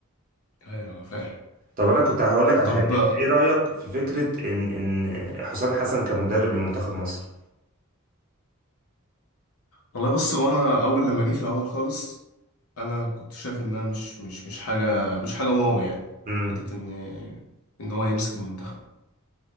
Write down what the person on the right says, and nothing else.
طب انا كنت هقول لك على
حاجه انت ايه رايك في فكره ان ان حسام حسن كمدرب لمنتخب مصر
امم